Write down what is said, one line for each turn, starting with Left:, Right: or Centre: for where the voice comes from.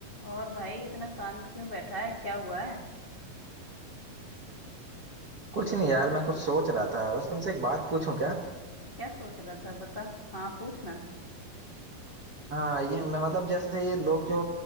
Left: और भाई इतना शांत क्यों बैठा है क्या हुआ है
Right: कुछ नहीं यार मैं कुछ सोच रहा था बस तुमसे एक बात पूछूं क्या
Left: क्या सोच रहा था बता हाँ पूछना
Right: हाँ ये मैं मतलब जैसे ये लोग जो